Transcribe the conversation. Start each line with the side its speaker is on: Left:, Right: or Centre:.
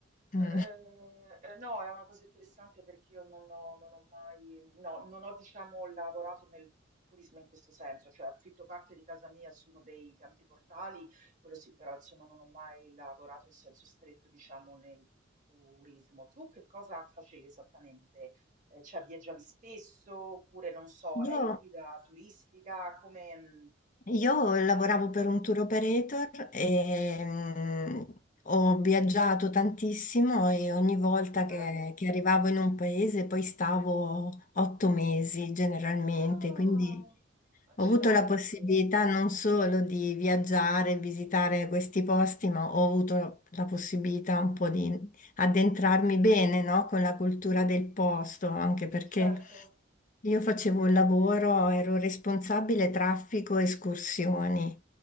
Right: eh,
Left: <laughs>
Right: eh, no, è una cosa interessante perché io non ho, non ho mai, no, non ho, diciamo, lavorato nel turismo in questo senso, cioè affitto parte di casa mia su uno dei tanti portali, quello sì, però insomma non ho mai lavorato in senso stretto, diciamo, nel turismo. Tu che cosa facevi esattamente? Eh, cioè viaggiavi spesso oppure non so,
Left: Io
Right: eri guida turistica? Come...
Left: Io lavoravo per un tour operator e mm, ho viaggiato tantissimo e ogni volta
Right: Ah, che bello!
Left: che, che arrivavo in un paese poi stavo otto mesi generalmente,
Right: Ah,
Left: quindi
Right: accidenti,
Left: ho avuto la possibilità non solo di viaggiare, visitare questi posti, ma ho avuto la possibilità un po' di addentrarmi bene, no, con la cultura del posto, anche perché...
Right: certo,
Left: Io facevo un lavoro, ero responsabile traffico e escursioni,